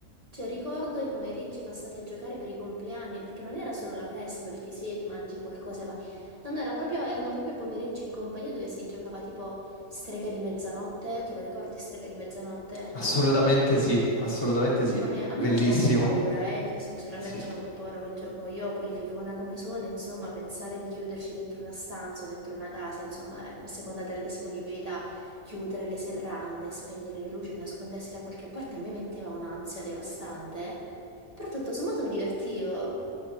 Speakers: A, on the right (about 30°); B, on the left (about 45°).
A: cioè ricordo i pomeriggi passati a giocare per i compleanni, perché non era solo la festa dove ti siedi, mangi qualcosa, ma non era proprio, erano proprio pomeriggi in compagnia dove si giocava tipo strega di mezzanotte, te lo ricordi strega di mezzanotte?
B: Assolutamente sì, assolutamente sì,
A: Mamma mia, a
B: bellissimo.
A: me faceva un po' paura, eh, io sono sincera, a
B: Sì.
A: me faceva un po' paura quel gioco. Io poi fifona come sono, insomma, pensare di chiuderci dentro una stanza o dentro una casa, insomma, eh, a seconda della disponibilità, chiudere le serrande, spegnere le luci e nascondersi da qualche parte, a me metteva un'ansia devastante. eh. Però tutto sommato mi divertivo.